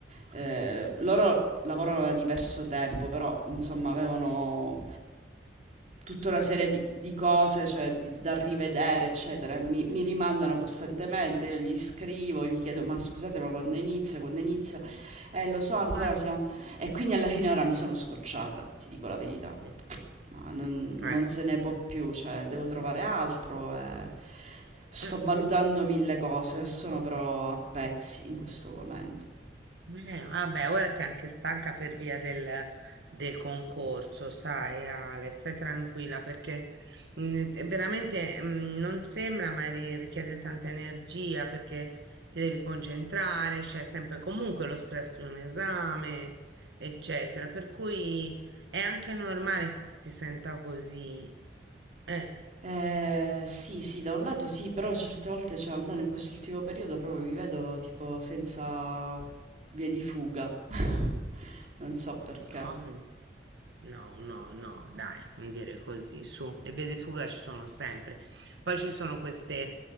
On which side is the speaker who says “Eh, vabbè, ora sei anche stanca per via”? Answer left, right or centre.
Right